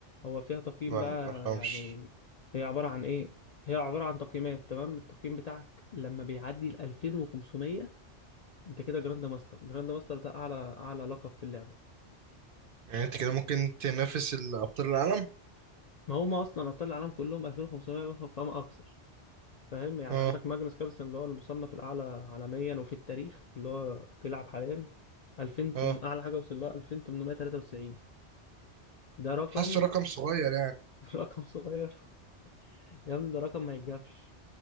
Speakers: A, on the left; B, on the right.
A: هو فيها تقييم
B: لا
A: بقى
B: ما افهمش
A: يعني هي عباره عن ايه هي عباره عن تقييمات تمام التقييم بتاعك لما بيعدي ال 2500 انت كده جراند ماستر جراند ماستر ده اعلى اعلى لقب في اللعبه
B: يعني انت كده ممكن تنافس الابطال العالم
A: ما هم اصلا ابطال العالم كلهم 2500 فما اكثر فاهم يعني
B: اه
A: عندك ماجنس كارلسن اللي هو المصنف الأعلى عالميا وفي التاريخ اللي هو بيلعب حاليا 2000
B: اه
A: تم- أعلى حاجة وصل لها 2893 ده رقم
B: حاسه رقم صغير يعني
A: <laughs> رقم صغير يا ابني ده رقم ما يتجابش